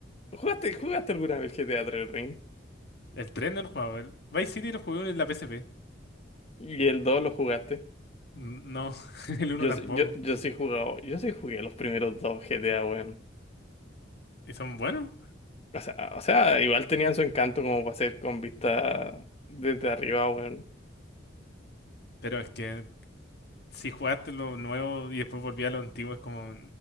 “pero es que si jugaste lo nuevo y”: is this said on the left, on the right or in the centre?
Left